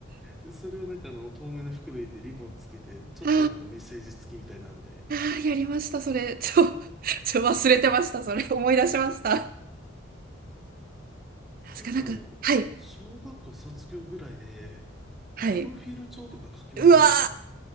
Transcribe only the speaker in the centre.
で、それをなんかあの、透明の袋入れてリボンつけて、ちょっとなんかメッセージ付きみたいなんで。
ということはあの、
小学校卒業ぐらいで、
プロフィール帳とか書きませんでした